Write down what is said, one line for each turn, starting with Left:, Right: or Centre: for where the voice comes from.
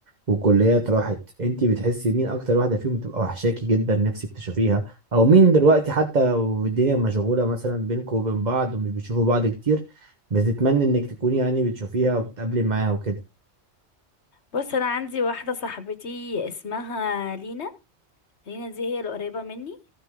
Right: وكليات راحت انت بتحسي مين اكتر واحده فيهم بتبقى وحشاكي جدا نفسك تشوفيها او مين دلوقتي حتى والدنيا مشغوله مثلا بينكم وبين بعض ومش بتشوفوا بعض كتير بتتمنى انك تكوني يعني بتشوفيها وبتقابلي معاها وكده
Left: بص انا عندي واحده صاحبتي اسمها لينا لينا دي هي القريبه مني